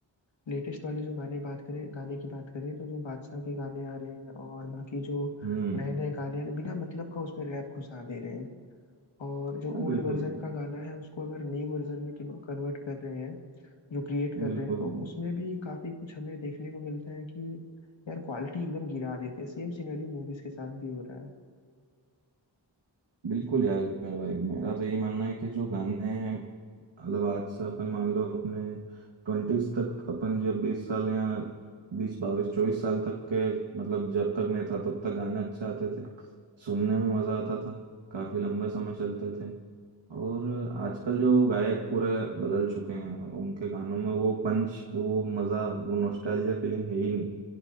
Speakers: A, on the left; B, on the right.
A: लेटेस्ट वाले जो गाने बात करें गाने की बात करें तो जो बादशाह के गाने आ रहे हैं और बाकी जो
B: हम्म
A: नए नए गाने आ रहे हैं बिना मतलब का उसमें रैप घुसा दे रहे हैं और जो
B: अरे
A: ओल्ड
B: बिल्कुल
A: वर्जन का गाना है उसको अगर न्यू वर्जन में कन्वर्ट कर रहे हैं जो क्रिएट कर
B: बिल्कुल
A: रहे हैं तो उसमें भी काफी कुछ हमें देखने को मिलता है कि यार क्वालिटी एकदम गिरा देते हैं सेम सिनेरियो मूवीज के साथ भी हो रहा है
B: बिल्कुल यार यार भाई मेरा तो यही मानना है कि जो गाने मतलब आज से अपन मान लो अपने ट्वेंटीज तक अपन जब बीस साल या बीस बाईस चौबीस साल तक के मतलब जब तक मैं था तब तक गाने अच्छे आते थे सुनने में मजा आता था काफी लंबे समय चलते थे और आजकल जो गायक पूरे बदल चुके हैं उनके गानों में वो पंच वो मजा वो नॉस्टैल्जिया फीलिंग है ही नहीं